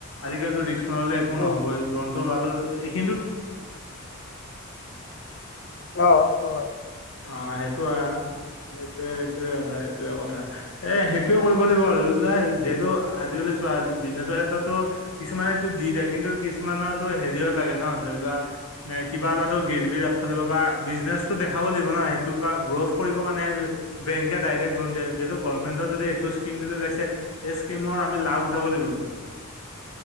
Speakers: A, on the left; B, on the left.
A: আজিকালিতো ৰিক্স নললে একো
B: উম
A: নহ'বই লোনটো লোৱাটো এ ইষ্ট',
B: অ', -অ', -অ',
A: অ সেইটো আহ', সেইটোৱে', এইটোয়ে কথা - এইটোয়ে কথা, এ সেইটোৱে কৰিব লাগিব আৰু নাই যিহেতু আজিকালি', চোৱা আজি, বিজনেছৰ ক্ষেত্ৰতো কিছুমানে', এটো দি যায় কিন্তু কিছুমানৰতো হেৰিয়ত লাগে ন ধৰি লোৱা', নে কিবা এটা তটো গিৰবী ৰাখিব লাগিব বা বিজনেচটো দেখা', খাব লাগিব নহয় সেইটো কাৰ গ্ৰোথ কৰিবৰ কাৰণে হে', বেংকে ডাইৰেক্ট লোন দিয়া যিহেতু গভমেণ্টৰ যদি এইটো স্কীম যদি লৈছে', এই স্কীমৰ আমি লাভ উঠাব লাগিব কিন্তু',